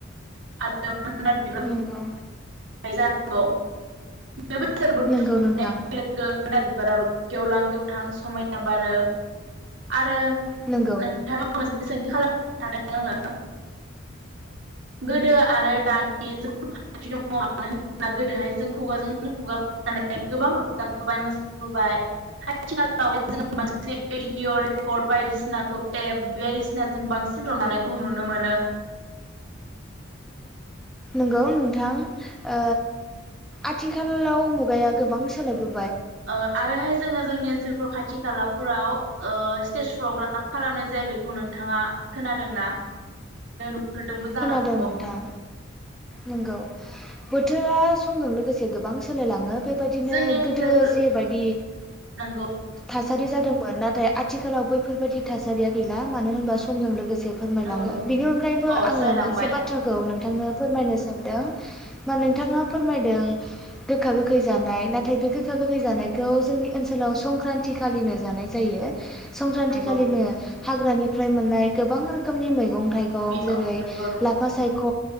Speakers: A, on the right; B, in the centre.
A: <unintelligible> आरो <unintelligible> नाय
B: नंगौ
A: जानांगौ <unintelligible>
B: नंगौ नोंथां
A: बिार गेवलां गेवथां समायना बारो आरो
B: नों
A: नोंथाङा <unintelligible> सोंथि खालामनो सान आङो गोदो आरो दानि जोबोद फारागथि दङ मानो होनला गोदोहाय जों खुगाजों खुगा गोबां रंजाबोबाय मोसाबोबाय आथिखालावहाय जोङो मोनसे अडिअ' रेकर्ड बायदिसिना खौटेब बे बायदिसिना जों बांसिन रंजानायखौ नुनो मोनो
B: नंगौ नोंथां आथिखालाव मुगाया गोबां सोलायबो
A: अ आरोहाय जोङो जोंनि ओनसोलफोरखौ खाथि खालाफोराव स्टेज प्रग्राम खालामनाय जायो बेखौ नोंथाङा खोनादोंना नुफेरदोंबो
B: खोनादों
A: जानांगौ
B: नोंथां नंगौ बोथोरा समजों लोगोसे गोबां सोलायलाङो बेबायदिनो
A: जोंनि ओनसोल
B: गोदो जेबायदि
A: नंगौ
B: थासारि जादोंमोन नाथाय आ थिखालाव बैफोरबायाददि थासारिया गैला मानो होनबा समजों लोगोसे एसे फोरमायलाङो
A: नंगौ नंगौ
B: बिनि अनगायैबो
A: अ
B: आङ
A: सोलायलांबाय
B: मोनसे बाथ्राखौ नोंथांनो फोरमायनो सानदों मा नोंथाङा फोरमायदों गोखा गोखै जानाय नाथाय बे गोखा गोखै जानायखौ जोंनि ओनसोलाव संक्रान्ति खालिनो जानाय जायो संक्रान्ति
A: नंगौ
B: खालिनो हाग्रानिफ्राय मोननाय गोबां रोखोमनि मैगं थायगं
A: मि
B: जेरै
A: अ नंगौ नंगौ
B: लाफा सायख'